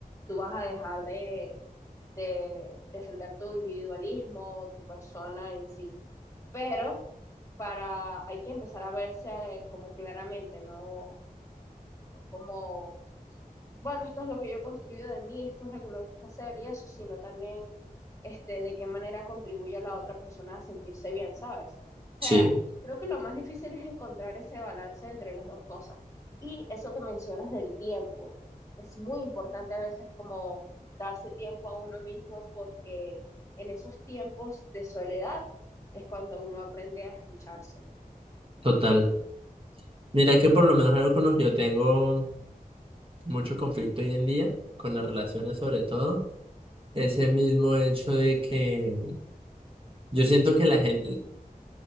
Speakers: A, on the left; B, on the right.
A: tú vas a dejar de, de defender tu individualismo, tu persona en sí, pero para, hay que empezar a verse eh, como claramente, ¿no? como, bueno, esto es lo que yo he construido de mí, esto es lo que me gusta hacer y eso, sino también este, de qué manera contribuye a la otra persona a sentirse bien, ¿sabes? O sea,
B: Sí,
A: creo que lo más difícil es encontrar ese balance entre las dos cosas. Y eso que mencionas del tiempo, es muy importante a veces como darse tiempo a uno mismo porque en esos tiempos de soledad es cuando uno aprende a escucharse.
B: total. Mira que por lo menos algo con lo que yo tengo mucho conflicto hoy en día, con las relaciones sobre todo ese mismo hecho de que yo siento que la gente,